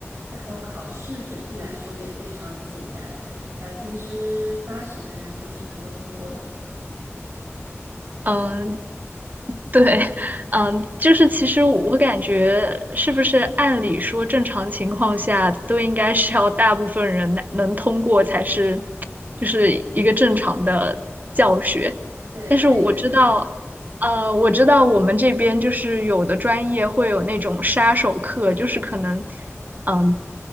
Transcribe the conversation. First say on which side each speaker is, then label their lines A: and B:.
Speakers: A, on the right; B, on the right.
A: 然后考试整体来说也非常简单，百分之八十的人都是能够通过的。
B: 嗯、对，嗯，就是其实我感觉，是不是按理说正常情况下都应该是要大部分人能能通过才是，就是一个正常的教学。
A: 对，
B: 但是我知道，
A: 我也觉得，
B: 呃，我知道我们这边就是有的专业会有那种杀手课，就是可能，嗯，